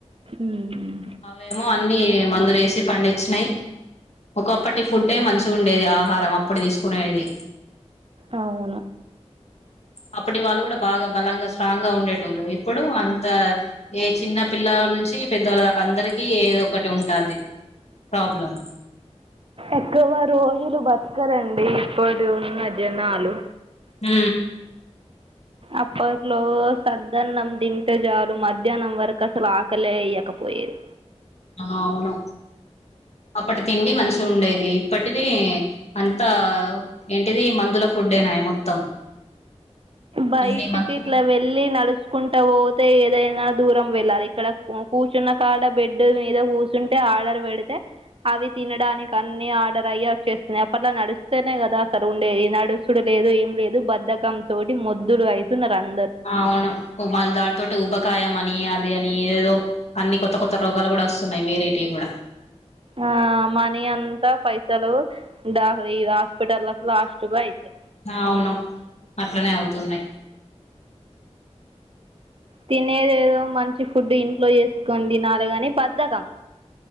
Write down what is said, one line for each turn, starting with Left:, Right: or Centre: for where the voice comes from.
Right: ఉమ్
Left: అవేమో అన్ని మందు వేసి పండించినయి ఒకప్పటి ఫుడ్డే మంచిగుండేది ఆహారం అప్పుడు తీసుకునేటిది
Right: అవును
Left: అప్పటి వాళ్ళు కూడా బాగా బలంగా స్ట్రాంగ్ గా ఉండేటోళ్లు ఇప్పుడు అంత ఏ చిన్న పిల్లవు నుంచి పెద్దోళ్ళ దాక అందరికి ఏదో ఒకటి ఉంటాంది ప్రాబ్లం
Right: ఎక్కువ రోజులు బతకరండి ఇప్పుడు ఉన్న జనాలు
Left: మ్
Right: అప్పట్లో సద్దన్నం తింటే చాలు మధ్యాహ్నం వరకు అసలు ఆకలే అయ్యకపోయేది
Left: అవును అప్పటి తిండి మంచిగుండేది ఇప్పటిది అంతా ఏంటిది మందుల ఫుడ్ ఏనాయె మొత్తం
Right: బైటికి
Left: అన్ని మందు
Right: ఇట్ల వెళ్ళి నడుస్ చూసుకుంటా పోతే ఏదైనా దూరం వెళ్ళాలి ఇక్కడ కు కూర్చున్న కాడ బెడ్ మీద కూసుంటే ఆర్డర్ పెడితే అవి తినడానికి అన్ని ఆర్డర్ అయి వచ్చేస్తున్నాయి అప్పట్లా నడుస్తేనే కదా అసలు ఉండేది నడుసుడు లేదు ఏం లేదు బద్దకం తోటి మొద్దులు ఐతున్నార్ అన్
Left: ఆ అవును మల్ల దనితోటి ఊబకాయం అని అద్ అది అని ఏదో అన్ని కొత్త కొత్త రోగాలు కూడా వస్తున్నాయి వేరైటీవి కూడా
Right: ఆ మనీ అంతా పైసలు ద ఈ హాస్పిటల్లకు లాస్ట్కు అయితే
Left: అవును అట్లనే అవుతున్నై
Right: తినేదేదో మంచి ఫుడ్ ఇంట్లో చేసుకొని తినాలి గానీ బద్ధకం